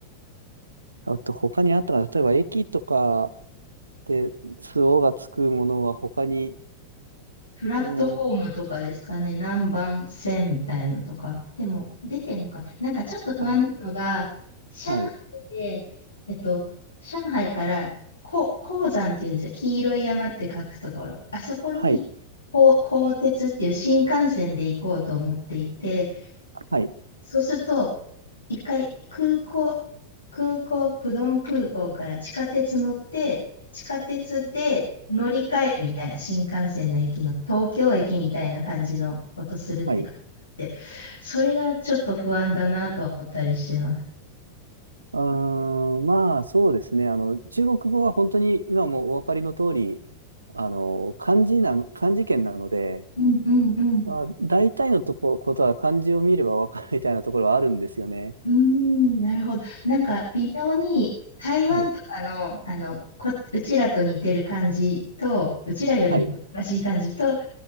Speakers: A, on the right (about 85°); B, on the left (about 85°).
A: あと他にあったら、例えば駅とかですおがつくものは他に、
B: プラットフォームとかですかね、
A: うーん、
B: 何番線みたいのとか。でも、出てんのかな。なんかちょっと不安なのが、
A: あ、
B: 上海で、
A: はい、
B: えっと、上海から、こ、黄山っていうんですよ。黄色い山って書くところ。あそこに、
A: はい、
B: こう、鋼鉄っていう新幹線で行こうと思っていて、
A: はい、
B: そうすると、一回空港、空港、プドン空港から地下鉄乗って、地下鉄で乗り換えるみたいな新幹線の駅の東京駅みたいな感じのことするって感じで、
A: はい。
B: それがちょっと不安だなとは思ったりしてます。
A: うーん、まあそうですね。あの、中国語は本当に今もお分かりの通り、あの、漢字なの、漢字圏なので、
B: うんうんうん。
A: まあ、大体のとこ、ことは漢字を見れば分かるみたいなところはあるんですよね。
B: うーん、なるほど。なんか微妙に台湾とかの、
A: はい、
B: あの、こ、うちらと似てる感じと、うちらよりも難しい感じと、
A: はい、